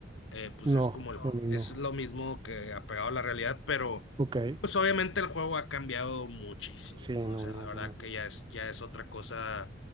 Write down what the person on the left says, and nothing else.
eh, pues
es como, el-
es lo mismo que apegado a la realidad, pero
pues obviamente el juego ha cambiado muchísimo,
¿no? O
sea,
la verdad
que ya es, ya es otra cosa